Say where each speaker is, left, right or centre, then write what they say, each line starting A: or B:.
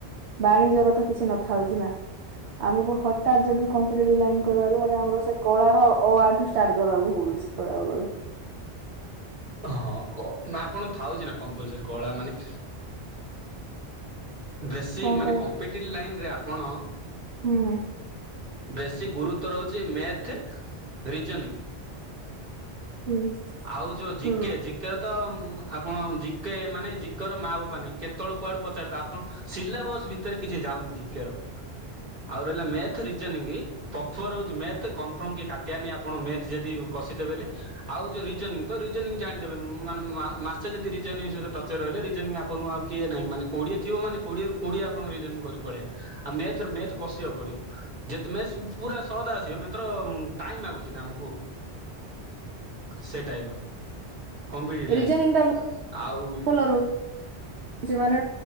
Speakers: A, on the right; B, on the right.
A: ବାଣିଜର ତ କିଛି ନଥାଉଛି ନା। ଆମକୁ ହଠତ୍ ଯଦି କମ୍ପିେଟିଭ ଲାଇନ କରିବାରୁ ମାନେ ଆମର ସେ କଳାର ଅ ଆ ଠୁ ଷ୍ଟାଟ କରିବା କୁ ପଡ଼ିବ
B: ହଁ କ ନାଁ ଆପଣ ଥାଉଚ ନା କମ୍ପଲସର କଳା ମାନେ ବେଶୀ
A: କଣ
B: ମାନେ
A: କହ
B: କମ୍ପିଟେଟିଭ୍ ଲାଇନ୍ ରେ ଆପଣ
A: ହୁଁ।
B: ବେଶୀ ଗୁରୁତର ହଉଛି ମ୍ୟାଥ ରିଜନିଂ।
A: ହୁଁ।
B: ଆଉ ଯୋଉ ଜିକେ
A: ହୁଁ
B: ଜିକେର ତ ଆପଣ ଜି ଜିକ ମାନେ ଜିକେର ମା ବାପା ନାଇଁ କେତେବେଳେ କୁଆଡୁ ପଚାରି ଦେବ ଆପଣ ସିଲା ବସ ଭିତରେ କିଛି ଯାଉନି ଜିକେର ଆଉ ରହିଲା ମେଥ ରିଜନିଙ୍ଗ। ପ୍ରଫର ହଉଛି ମଥ କନଫର୍ମ କେହି କାଟିବାର ନାହିଁ ଆପଣ ମେଥ ଯଦି କସିଥେବେଲେ ଆଉ ରିଜନି ତ ରିଜନିଂ ଜାଣିଦେବେ ମାନେ ମାସେ ଯଦି ରିଜନି ସହିତ ଟଚରେ ରହିଲେ ରିଜନି ଆଣଙ୍କୁ ଆଉ କିଏ? ନାଇଁ ମାନେ କୋଡିଏ ଥିବ ମାନେ କୋଡିଏ ରୁ କୋଡିଏ ଆପଣ ରିଯୋନିଙ୍ଗ କରି ପଳେଇବେ ଆଉ ମେଥ ମେଥ କସିବାକୁ ପଡିବ। ମେଷ ପୁରା ସହଦ ଆସିବ ମାତ୍ର ଟାଇମ ଲା ଗୁଛି ନା ଆମକୁ।
A: <inaudible>
B: ସେ ଟାଇପ ର। କମ୍ପଟି ଲାଇନ୍
A: ରିଜନିଂ ଟା
B: ଆଉ
A: ଭଲ ରହୁଛି ମାନେ